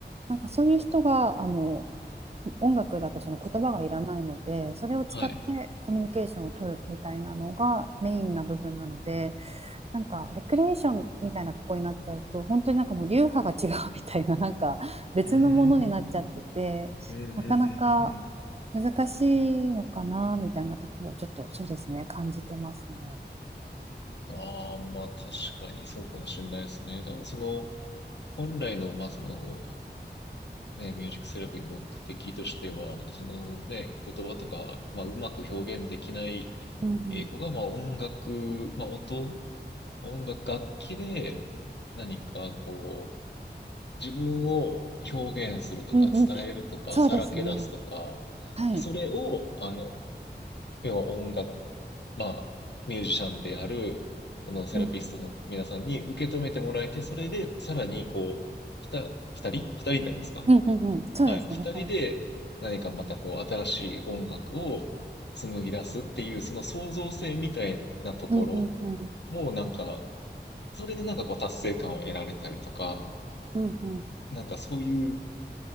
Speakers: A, on the right; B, on the left.
A: なんかそういう人が、あの、音楽だとその言葉がいらないので、それを使ってコミュニケーションを取るみたいなのがメインな部分なので、
B: はい。
A: なんかレクリエーションみたいなとこになっちゃうと本当になんかもう流派が違うみたいななんか別のものになっちゃっててなかなか
B: うーん。うんうんうんうんうん。
A: 難しいのかなみたいなとこをちょっとそうですね感じてますね。
B: ああ、まあ確かにそうかもしれないですね。多分その、本来の、まあその、ね、ミュージックセラピーの目的としては、まあ、そのね、言葉とか、まあうまく表現できない
A: うん
B: えー子が、まあ音楽、まあ音、音楽、楽器で何かこう、自分を表現するとか、
A: うん、うんうん、
B: 伝えるとか、
A: そうですね。
B: さらけ出すとか、
A: はい。
B: で、それを、あの、要は音楽まあ、ミュージシャンである、このセラピストの皆さんに受け止めてもらえて、
A: うん
B: それで、さらに、こう、ふた、二人二人になるんですか
A: うんうんうんうんそうですねふたり
B: はい。二人で、何かまた、こう、新しい音楽を紡ぎ出すっていう、その創造性みたいなところ
A: うんうんうん
B: も、なんか、それでなんかこう、達成感を得られたりとか、
A: うんうん
B: なんかそういう